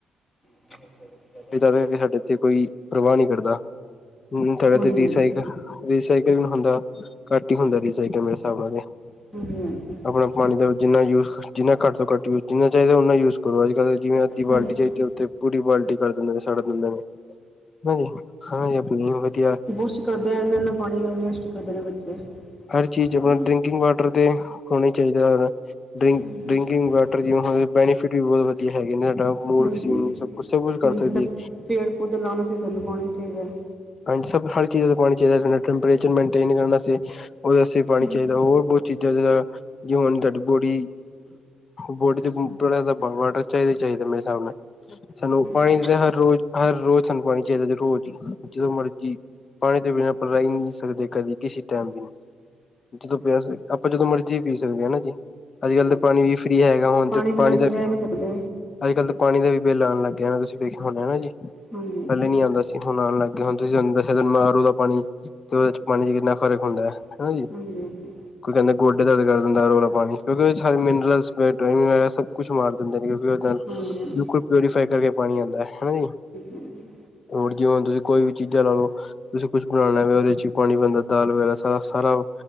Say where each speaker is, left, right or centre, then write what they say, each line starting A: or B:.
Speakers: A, on the left; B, on the left.
A: <unintelligible>
B: ਬੀ ਤਾਂ ਹੈ ਵੀ ਸਾਡੇ ਇੱਥੇ ਕੋਈ ਪ੍ਰਵਾਹ ਨਹੀਂ ਕਰਦਾ। ਹੂੰ-ਹੂੰ ਤੁਹਾਡੇ
A: ਹਾਂਜੀ ਹਾਂਜੀ
B: ਐਥੇ ਰੀਸਾਈਕਲ, ਰੀਸਾਈਕਲ ਨਈ ਹੁੰਦਾ? ਘੱਟ ਹੀ ਹੁੰਦਾ ਹੈਗਾ ਮੇਰੇ ਹਿਸਾਬ ਨਾਲ।
A: <unintelligible>
B: ਆਪਣਾ ਪਾਣੀ ਦਾ ਜਿਨਾ ਯੂਜ ਜਿੰਨਾ ਘੱਟ ਤੋਂ ਘੱਟ ਯੂਜ ਜਿੰਨਾ ਚਾਹੀਦਾ ਉਹਨਾ ਯੂਜ ਕਰੋ ਅੱਜ ਕੱਲ ਜਿਵੇਂ ਅੱਧੀ ਬਾਲਟੀ
A: ਹਾਂਜੀ
B: ਚਾਹੀਦੀ ਉੱਥੇੂ ਪੂਰੀ ਬਾਲਟੀ ਕਰ ਦਿੰਦੇ ਨੇ ਛੱਡ ਦਿੰਦੇ ਨੇ ਹਾਂਜੀ- ਹਾਂਜੀ ਆਪਣੀ ਵਧੀਆ
A: ਬੁਰਸ਼ ਕਰਦੇ ਇਹਦੇ ਨਾਲ ਪਾਣੀ ਅਧਜਸਤ ਕਰਦੇ ਰਹੇ ਬੱਚੇ
B: ਹਰ ਚੀਜ਼
A: ਠੀਕ
B: ਆਪਣਾ
A: ਹੈ ਨਾ
B: ਡਰਿੰਕਿੰਗ ਵਾਟਰ ਤੇ ਹੋਣਾ ਹੀ ਚਾਹੀਦਾ ਹੈ ਡਰਿੰਕ
A: ਹਮ
B: ਡਰਿੰਕਿੰਗ ਵਾਟਰ ਜਿਵੇਂ ਬੈਨੀਫਿਟ ਵੀ ਬਹੁਤ ਵਧੀਆ ਹੈਗੇ ਨੇ ਸਾਡਾ ਮੂਡ
A: ਹਾਂਜੀ
B: ਸਭ ਕੁਛ ਸਭ ਕੁਛ ਕਰ
A: ਹੁਣ
B: ਸਕਦੀ
A: ਜਿੱਦਾਂ
B: ਹੈ।
A: ਪੇੜ ਪੌਦੇ ਲਾਉਣਾ ਸੀ ਸਾਨੂੰ <unintelligible>
B: ਹਾਂਜੀ। ਸਭ ਹਰ ਚੀਜ਼ ਦਾ ਪਾਣੀ ਚਾਹੀਦਾ ਟੈਂਪਰੇਚਰ ਮੇਨਟੇਨ ਕਰਨ ਵ ਉਹਦੇ ਵਸਤੇ ਪਾਣੀ
A: ਹਾਂਜੀ ਹਾਂਜੀ
B: ਚਾਹੀਦਾ ਹੋਰ ਬਹੁਤ ਚੀਜ਼ਾਂ ਹੁਣ ਤੁਹਾਡੀ ਬੋਡੀ ਬੋਡੀ ਚ ਬੜਾ ਵਾਟਰ ਚਾਹੀਦਾ ਹੀ ਚਾਹੀਦਾ ਮੇਰੇ ਹਿਸਾਬ ਨਾਲ ਸਾਨੂੰ ਪਾਣੀ
A: ਹਾਂਜੀ
B: ਹਰ
A: ਹਾਂਜੀ
B: ਰੋਜ਼ ਹਰ ਰੋਜ਼ ਸਾਨੂੰ ਪਾਣੀ ਚਾਹੀਦਾ ਰੋਜ਼ ਹੀ ਜਦੋਂ ਮਰਜੀ ਪਾਣੀ ਤੋਂ ਬਿਨਾਂ ਪਰ ਰਹਿ ਨਹੀਂ ਸਕਦੇ ਕਦੇ ਕਿਸੇ ਟਾਈਮ ਵੀ ਨਹੀਂ ਜਦੋਂ ਪਿਆਸ ਆਪਾਂ ਜਦੋਂ ਮਰਜ਼ੀ ਵੀ ਪੀ ਸਕਦੇ ਹਾਂ ਹਨਾ ਜੀ। ਅੱਜ ਕੱਲ੍ਹ ਤਾਂ ਪਾਣੀ ਵੀ ਫ੍ਰਰੀ ਹੈਗਾ ਹੁਣ ਤੇ
A: ਬਿਨਾਂ
B: ਪਾਣੀ
A: ਅਸੀਂ
B: ਦਾ
A: ਰਹਿ ਨਹੀਂ ਸਕਦੇ
B: ਅੱਜ ਕੱਲ੍ਹ ਤਾਂ ਪਾਣੀ ਦਾ ਵੀ ਬਿੱਲ ਆਉਣ ਲੱਗ ਗਿਆ ਨਾ ਤੁਸੀਂ ਵੇਖਿਆ ਹਨਾ ਜੀ ਪਹਿਲੇ
A: ਹਾਂਜੀ ਹਾਂਜੀ
B: ਨੀ ਆਉਦਾ ਸੀ ਹੁਣ ਆਉਣ ਲੱਗ ਗਿਆ ਹੁਣ ਤੁਸੀਂ ਤੁਹਾਨੂੰ ਦੱਸਿਆ ਤੁੂੰ ਮਾਰੂ ਦਾ ਪਾਣੀ ਤੇ ਉਹਦੇ ਚ ਪਾਣੀ ਚ ਕਿੰਨਾ ਫ਼ਰਕ ਹੁੰਦਾ ਹੈ
A: ਹਾਂਜੀ-ਹਾਂਜੀ।
B: ਹਨਾ ਜੀ। ਕੋਈ ਕਹਿੰਦੇ ਗੋਡੇ ਦਰਦ ਕਰ ਦੇਦਾ ਇਹ ਵਾਲਾ ਪਾਣੀ ਕਿਉਂਕਿ ਮਿਨਰਲ ਵਗੈਰਾ ਸਭ ਕੁਛ ਮਾਰ ਦਿੰਦੇ ਨੇ ਕਿਉਂਕਿ ਉਹਦੇ ਨਾਲ
A: ਹਾਂਜੀ-ਹਾਂਜੀ,
B: ਲਕਡ ਪਿਓਰੀਫਾਈ ਕਰਕੇ ਪਾਣੀ ਆਉਂਦਾ ਹੈ ਹਨਾ ਜੀ
A: ਹਾਂਜੀ-ਹਾਂਜੀ।
B: <unintelligible> ਕੋਈ ਵੀ ਚੀਜ਼ਾਂ ਨਾਲੋਂ ਤੁਸੀਂ ਕੁਛ ਬਣਾਉਣਾ ਉਹਦੇ ਚ ਹੀ ਪਾਣੀ ਪੈਦਾ ਦਾਲ ਵਗੈਰਾ ਸਾਰਾ- ਸਾਰਾ